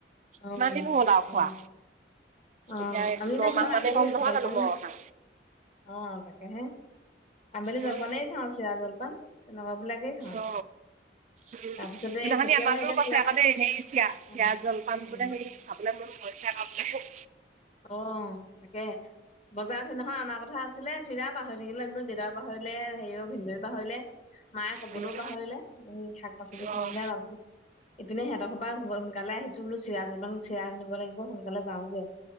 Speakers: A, on the left; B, on the right.
A: অ',
B: কিমানদিন হ'ল আও খোৱা।
A: অ', অ',
B: এতিয়া
A: আমি এতিয়া
B: নমাহ
A: ঘৰত
B: মানেই
A: আবেলি
B: হ'ল নহয়
A: জলপান
B: জানো মই
A: অ',
B: অহা
A: তাকেহে, আবেলি
B: উম
A: জলপানেই খাওঁ, চিৰা জলপান। তেনেকুৱা বিলাকেই খাওঁ।
B: অ উম,
A: তাৰপিছতে
B: সেইদিনাখনি
A: এই কেতিয়াবাহে
B: আমাৰটোৱেই
A: এতিয়া
B: কৈছে
A: চিৰা
B: আকৌ দেই, হেই চিৰা
A: অ',
B: চিৰা জলপান
A: অ',
B: বোলে হেৰি খাবলে মন গৈছে আকৌ বোলে।
A: অ', তাকে, বজাৰত সেইদিনাখন অনাৰ কথা আছিলে। চিৰা পাহৰি থাকিলোঁ অনিবলে, দেউতাইও পাহৰিলে, হেৰিও ভিনন্দৈও পাহৰিলে। মায়ে কবলৈও
B: উম
A: পাহৰিলে, শাক পাচলি কিনিলে
B: অ উম
A: তাৰপিছত। ইপিনে সিহঁতৰ ঘৰৰ পৰা সোনকালে আহিছোঁ বোলো, চিৰা জলপান, চিৰা কিনিব লাগিব, সোনকালে যাওঁগে।